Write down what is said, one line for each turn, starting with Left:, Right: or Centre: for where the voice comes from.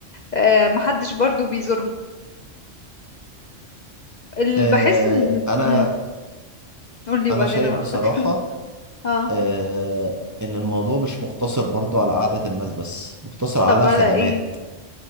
Left: آه، محدش برضو بيزورهم اللي
Right: آه،
Left: بحس إن
Right: أنا
Left: مم، قولي
Right: أنا
Left: وبعدين
Right: شايف
Left: أقولك
Right: بصراحة
Left: <laughs> اه
Right: آه ان الموضوع مش مقتصر برضو على قعدة الناس بس مقتصر على
Left: طب على
Right: خدمات
Left: إيه؟